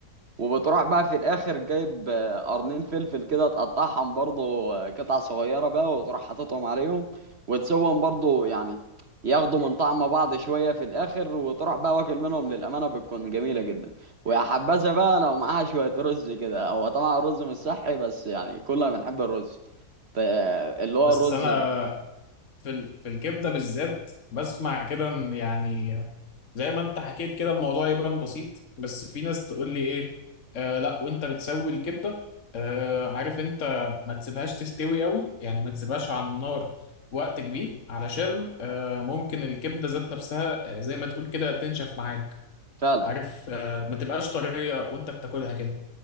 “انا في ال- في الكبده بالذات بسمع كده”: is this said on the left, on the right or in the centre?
Left